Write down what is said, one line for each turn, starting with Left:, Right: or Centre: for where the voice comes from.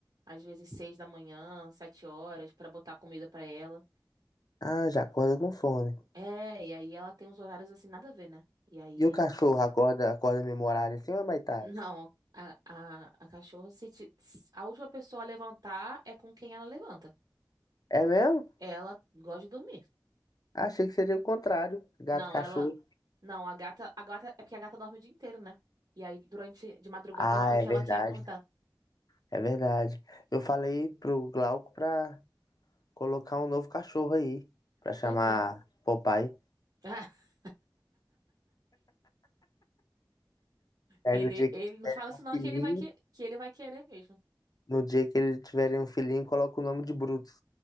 Right: às vezes seis da manhã, sete horas, pra botar comida pra ela.
Left: Ah, já acorda com fome.
Right: É, e aí ela tem uns horários assim, nada a ver, né? E aí,
Left: E o cachorro
Right: nossa.
Left: acorda, acorda no mesmo horário assim ou é mais tarde?
Right: Não, a, a, a cachorra, se te- se a última pessoa a levantar é com quem ela levanta.
Left: É mesmo?
Right: Ela gosta de dormir.
Left: Achei que seria o contrário, gato
Right: Não,
Left: e cachorro.
Right: ela. Não, a gata. A gata. É porque a gata dorme o dia inteiro, né? E aí, durante. De madrugada
Left: Ah,
Right: é a hora que
Left: é verdade,
Right: ela quer acordar.
Left: é verdade. Eu falei pro Glauco pra colocar um novo cachorro aí, pra chamar
Right: Pois é.
Left: Popeye.
Right: <laughs>
Left: Aí
Right: Ele,
Left: no dia que
Right: ele
Left: tiverem
Right: não fala isso,
Left: um
Right: não,
Left: filhinho,
Right: que ele vai, que... que ele vai querer mesmo.
Left: no dia que eles tiverem um filhinho, coloca o nome de Brutus.